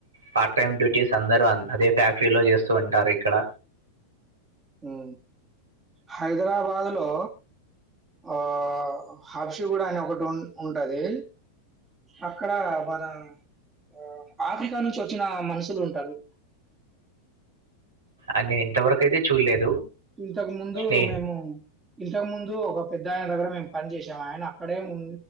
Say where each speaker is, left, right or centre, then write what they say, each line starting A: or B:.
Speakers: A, on the right; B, on the right.
A: part time duties అందరూ అదే ఫ్యాక్టరీలో చేస్తూ ఉంటారు ఇక్కడ
B: ఉ హైదరాబాద్ లో ఆ హఫషిగూడ అని ఒకటి ఉ ఉంటది అక్కడ మన ఆ ఆఫ్రికా నుంచి వచ్చిన మనుషులు ఉంటారు
A: అని ఇంతవరకు అయితే చూడలేదు
B: ఇంతకు ముందు
A: నే
B: మేము ఇంతకు ముందు ముందు ఒక పెద్ద ఆయన దగ్గర మేము పని చేసాం ఆయన అక్కడే ఉ